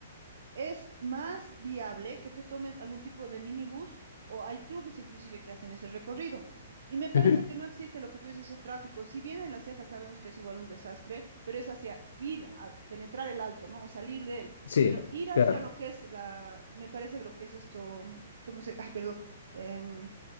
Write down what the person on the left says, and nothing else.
Ujú.
Sí,
claro,